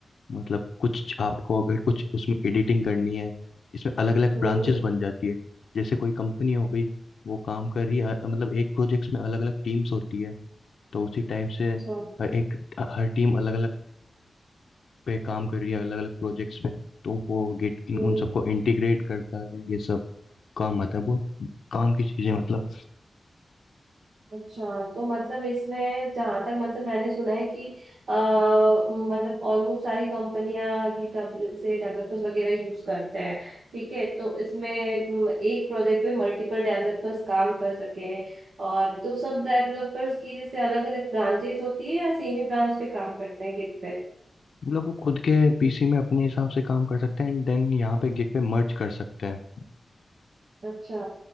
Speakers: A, on the left (about 70°); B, on the right (about 75°).
A: मतलब कुछ आपको अगर कुछ उसमें एडिटिंग करनी है इसमें अलग अलग
B: हम्म
A: ब्रांचेस
B: हम्म
A: बन जाती है जैसे कोई कंपनी हो गई वो काम कर रही है अ- मतलब एक प्रोजेक्ट्स में अलग अलग टीम्स होती है तो उसी टाइप से
B: अच्छा।
A: हर एक हर टीम अलग अलग पे काम कर रही है अलग अलग प्रोजेक्ट्स पे तो वो गेट इन
B: हम्म।
A: उन सबको इंटीग्रेट करता है ये सब काम आता है बहुत काम की चीजें मतलब
B: अच्छा तो मतलब इसमें जहां तक मतलब मैंने सुना है कि अ, मतलब ऑलमोस्ट सारी कंपनियां गिटहब से डेवलपर्स वगैरह यूज करते हैं ठीक है तो इसमें म, एक प्रोजेक्ट पे मल्टीपल डेवलपर्स काम कर सके और तो सब डेवलपर्स की जैसे अलग अलग ब्रांचेस होती है या सेम ही ब्रांच पे काम करते हैं गिट पे
A: मतलब वो खुद के पीसी में अपने हिसाब से काम कर सकते हैं एंड देन यहाँ पे गिट पे मर्ज कर सकते हैं
B: अच्छा